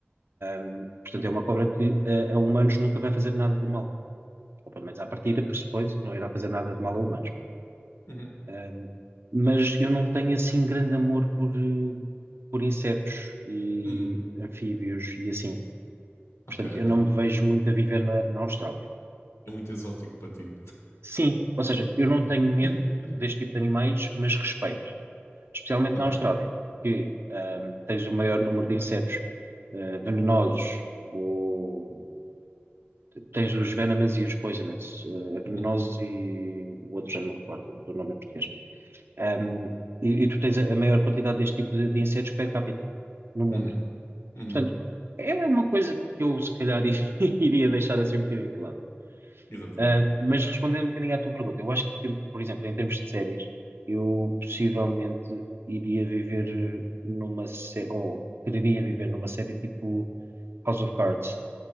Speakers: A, on the right (about 60°); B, on the left (about 80°).
A: Hum, portanto é uma cobra que a, a humanos nunca vai fazer nada de mal. Ou pelo menos à partida
B: uhum,
A: pressupõe-se que não irá fazer nada de mal a humanos.
B: uhum,
A: Ahm, mas eu não tenho assim grande amor por, eh, por insetos e
B: uhum.
A: anfíbios e assim.
B: Ok,
A: Portanto, eu
B: ok.
A: não me vejo muito a viver na, na Austrália.
B: É muito exótico para ti.
A: Sim, ou seja, eu não tenho
B: <laughs>
A: medo deste tipo de animais, mas respeito, especialmente
B: Ok.
A: na Austrália, que ahm, tens o maior número de insetos eh, venenosos, ou tens os venomous e os poisonous, eh, venenosos
B: Uhum,
A: e o outro já não me recordo do nome em português. Um, e, e tu tens a, a maior quantidade deste tipo de, de insetos per capita no mundo.
B: uhum, uhum.
A: Portanto, é uma coisa que eu se calhar <laughs> iria deixar assim um bocadinho de lado.
B: Exatamente.
A: Uh, mas respondendo um bocadinho à tua pergunta, eu acho que, por exemplo, em termos de séries, eu possivelmente iria viver numa série, ou quereria viver numa série tipo House of Cards,